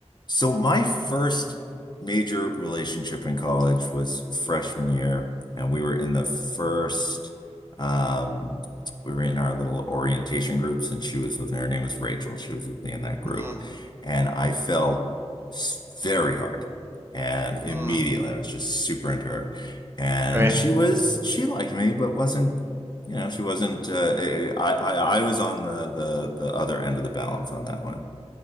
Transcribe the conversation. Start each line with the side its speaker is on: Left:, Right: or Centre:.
Left: So my first major relationship in college was freshman year, and we were in the first um we were in our little orientation groups, and she was with her name was Rachel. She was with me in that group,
Right: Mhm,
Left: and I fell s- very hard. And immediately
Right: mm,
Left: I was just super into her. And
Right: Right,
Left: she was she liked me, but wasn't you know, she wasn't uh, I, I I was on the the the other end of the balance on that one.